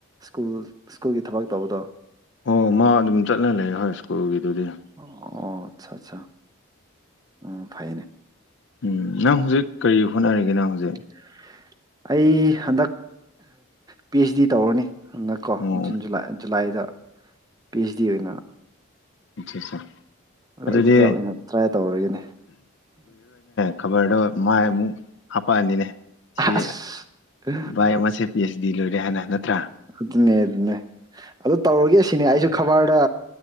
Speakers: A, on the right (about 20°); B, on the left (about 55°).
A: ꯁ꯭ꯀꯨꯜ ꯁ꯭ꯀꯨꯜꯒꯤ ꯊꯕꯛ ꯇꯧꯕꯗꯣ
B: ꯑꯣ ꯃꯥ ꯑꯗꯨꯝ ꯆꯠꯂ ꯂꯩ ꯍꯣꯏ ꯁ꯭ꯀꯨꯜꯒꯤꯗꯨꯗꯤ
A: ꯑꯣ ꯑꯆꯥ ꯑꯠꯆꯥ ꯎꯝ ꯐꯩꯌꯦꯅꯦ
B: ꯎꯝ ꯅꯪ ꯍꯧꯖꯤꯛ ꯀꯔꯤ ꯍꯣꯠꯅꯔꯤꯒꯦ ꯅꯪ ꯍꯧꯖꯤꯛ
A: <unintelligible> ꯑꯩ ꯍꯟꯗꯛ ꯄꯤ ꯑꯩꯆ ꯗꯤ ꯇꯧꯔꯅꯤ ꯍꯟꯗꯛ ꯀꯣ
B: ꯑꯣ
A: ꯖꯟ ꯖꯨꯂꯥꯏ ꯖꯨꯂꯥꯏꯗ ꯄꯤ ꯑꯩꯁ ꯗꯤ ꯑꯣꯏꯅ
B: ꯑꯠꯆꯥ ꯑꯠꯆꯥ ꯑꯗꯨꯗꯤ
A: ꯑꯗꯨꯗ ꯑꯣꯏꯅ ꯇ꯭ꯔꯥꯏ ꯇꯧꯔꯒꯦꯅꯦ
B: ꯈꯕꯔꯗꯣ ꯃꯥꯏ ꯃꯨꯛ ꯍꯄꯛꯑꯅꯤꯅꯦ ꯁꯤ
A: ꯑꯁ
B: ꯚꯥꯏ ꯑꯃꯁꯦ ꯄꯤ ꯑꯩꯆ ꯗꯤ ꯂꯣꯏꯔꯦ ꯍꯥꯏꯅ ꯅꯠꯇ꯭ꯔꯥ
A: ꯑꯗꯨꯅꯦ ꯑꯗꯨꯅꯦ ꯑꯗꯨ ꯇꯧꯔꯒꯦ ꯁꯤꯅꯦ ꯑꯩꯁꯨ ꯈꯕꯔꯗ